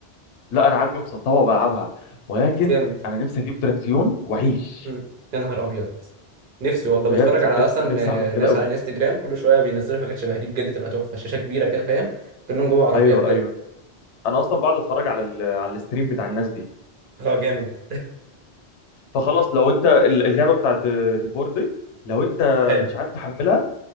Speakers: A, on the left; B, on the right.
A: لا انا عندي مسطبه بلعبها ولكن
B: جامد
A: انا نفسي اجيب دراكسيون واعيش
B: مم. يا نهار ابيض نفسي والله
A: بجد
B: بتفرج على
A: بجد
B: اصلا
A: نفسي
B: آه،
A: اعمل كده
B: ناس
A: قوي
B: على انستجرام كل شويه بينزلوا حاجات شبه دي بجد تبقى تحفه شاشه كبيره كده فاهم كأنهم جوه عربيه
A: ايوه
B: بجد
A: ايوه انا اصلا بقعد اتفرج على ال على الستريم بتاع الناس دي
B: اه جامد
A: فخلاص لو انت ال- اللعبه بتاعت ديفور دي لو انت
B: <laughs> حلو
A: مش عارف تحملها